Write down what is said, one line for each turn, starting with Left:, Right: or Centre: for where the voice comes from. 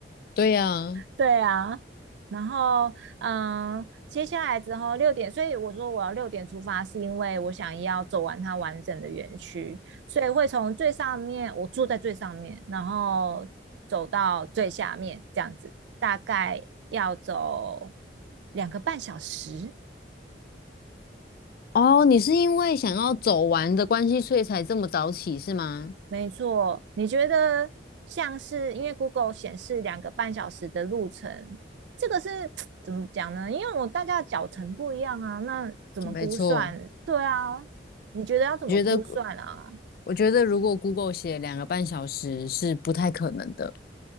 Left: 对呀，
Right: 对啊，然后嗯，接下来之后六点，所以我说我要六点出发，是因为我想要走完它完整的园区，所以会从最上面，我住在最上面，然后走到最下面这样子，大概要走两个半小时。
Left: 哦，你是因为想要走完的关系，所以才这么早起是吗？
Right: 没错，你觉得像是因为 Google 显示两个半小时的路程，这个是 <tsk> 怎么讲呢？因为我大家的脚程不一样啊，那怎么估算？
Left: 没错，
Right: 对啊，你觉得要怎么估算啊？
Left: 我觉得。我觉得如果 Google 写两个半小时是不太可能的。